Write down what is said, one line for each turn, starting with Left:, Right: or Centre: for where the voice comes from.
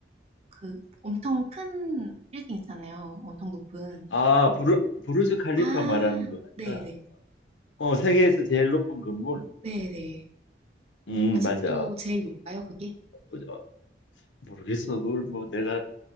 Right: 그 엄청 큰 빌딩 있잖아요. 엄청 높은.
Left: 아 부르 부르즈 칼리파
Right: 아,
Left: 말하는 것 같다.
Right: 네네.
Left: 어 세계에서 제일 높은 건물.
Right: 네네.
Left: 음
Right: 아직도
Left: 맞아.
Right: 제일 높아요, 그게?
Left: 어, 저, 모르겠어. 그걸 뭐 내가